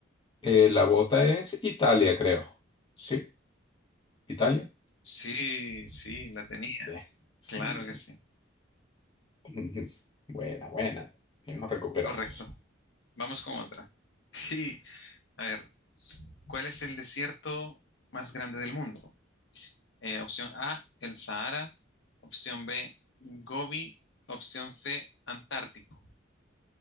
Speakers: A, on the left; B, on the left.
A: Eh, la bota es Italia, creo. ¿Sí? ¿Italia?
B: Sí, sí, la tenías.
A: Bien. Sí.
B: Claro que sí.
A: <laughs> Buena, buena. Y nos recuperamos.
B: Correcto. Vamos con otra. <laughs> Sí. A ver, ¿cuál es el desierto más grande del mundo? Eh, opción A, el Sahara. Opción B, Gobi. Opción C, Antártico.